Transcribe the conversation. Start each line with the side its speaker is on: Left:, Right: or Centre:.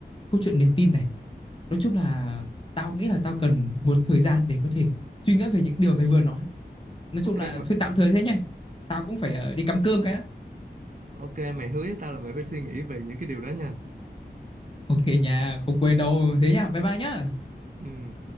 Left: câu chuyện niềm tin này. Nói chung là tao nghĩ là tao cần một thời gian để có thể suy nghĩ về những điều mày vừa nói. Nói chung
Right: ok
Left: là
Right: mày,
Left: thôi tạm thời thế nhá. Tao cũng phải ờ, đi cắm cơm cái. đã.
Right: ok mày hứa với tao là mày phải suy nghĩ về những cái điều đó nha
Left: Ok nha, không quên đâu. Thế nhá, bye bye nhá.
Right: Ừ.